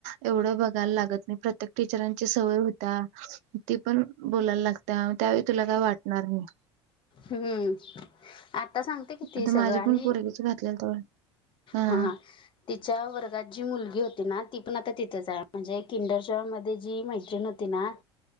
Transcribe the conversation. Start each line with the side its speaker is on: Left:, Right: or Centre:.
Right: एवढं बघायला लागत नाही. प्रत्येक टीचरांची सवय होता. ती पण बोलायला लागत्या त्यावेळी तुला काही वाटणार नाही.
Left: हम्म आता सांगते कि ती
Right: आता
Left: सगळं
Right: माझ्या
Left: आणि
Right: पण पोरगीचं घातलेलं तेव्हा हां.
Left: हा तिच्या वर्गात जी मुलगी होती ना ती पण आता तिथेच आहे म्हणजे किंडर जॉय मध्ये जी मैत्रीण होती ना